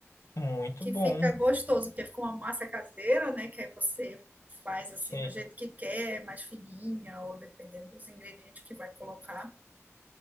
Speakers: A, on the left; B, on the right.
A: Muito
B: que
A: bom.
B: fica gostoso, porque fica uma massa caseira, né? Que aí você faz assim
A: Sim,
B: do jeito que quer, mais fininha, ou dependendo dos ingredientes que vai colocar.